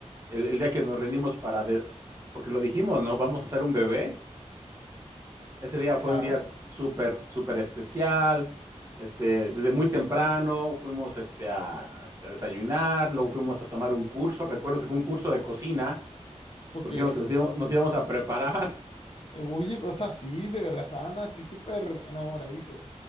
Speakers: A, on the right; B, on the left.
A: el, el día que nos reunimos para, de- porque lo dijimos, ¿no? Vamos a hacer un bebé. Ese día fue
B: Claro,
A: un día súper, súper especial. Este, desde muy temprano fuimos este, a, este, a desayunar, luego fuimos a tomar un curso. Recuerdo que fue un curso de cocina,
B: ok.
A: porque dijimos que nos íbamos nos íbamos a preparar.
B: Oye, o sea, sí, de verdad, estaban así súper enamoraditos.